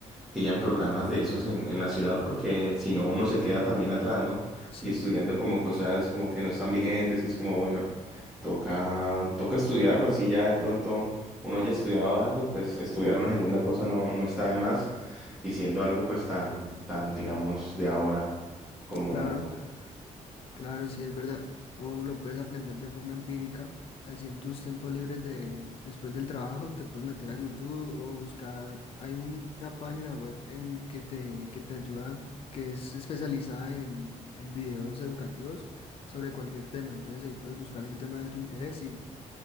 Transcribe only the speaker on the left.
Sí,
claro.
Claro, sí, es verdad. O lo puedes aprender de forma empírica. Así en tus tiempos libres de, después del trabajo, te puedes meter a YouTube o buscar. Hay un- una página web en que te, que te ayuda, que es especializada en, en videos educativos sobre cualquier tema. Entonces ahí puedes buscar el tema de tu interés y